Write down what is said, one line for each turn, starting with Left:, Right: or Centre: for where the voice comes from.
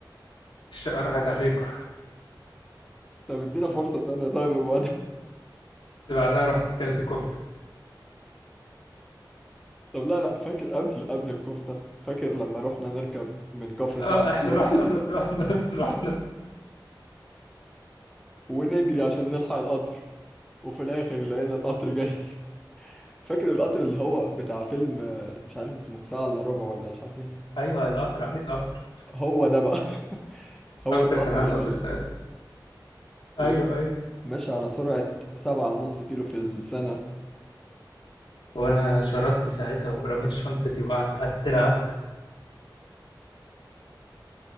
Left: الشقه راحت عليكم
Centre: طب ادينا فرصة تانية طيب يا ابو
Left: بس بعدها رحت كلت كفتة
Centre: طب لا لا فاكر قبل قبل الكفتة فاكر لما رحنا نركب من كفر
Left: اه
Centre: سعد
Left: احنا
Centre: القطر
Left: رحنا دو... رحنا <laughs> رحنا
Centre: ونجري عشان نلحق القطر وفي الآخر لقينا القطر جاي <laughs> فاكر القطر اللي هو بتاع فيلم آه، مش عارف اسمه ساعة إلا ربع ولا مش عارف ايه
Left: ايوه القطر عايز قطر
Centre: هو ده بقى <laughs> هو
Left: القطر
Centre: ده القطر
Left: كان عايز
Centre: اللي
Left: قطر
Centre: جالنا
Left: ساعتها
Centre: وماشي
Left: ايوه ايوه
Centre: على سرعة سبعة ونص كيلو في السنة
Left: وانا شردت ساعتها ورميت شنطتي وقعدت على الترعة